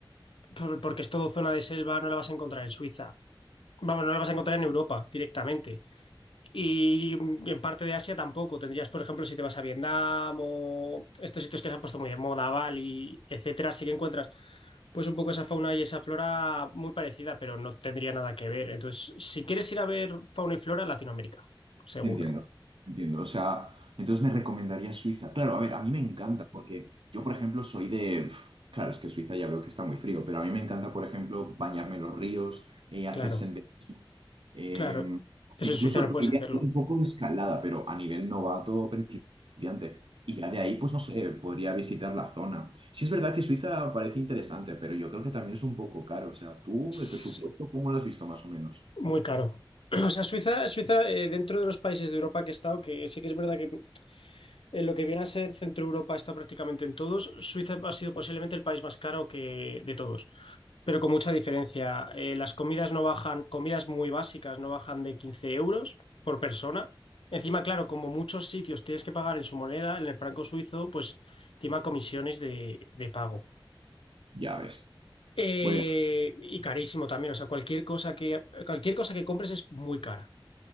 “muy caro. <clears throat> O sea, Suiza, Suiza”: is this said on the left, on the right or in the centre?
Left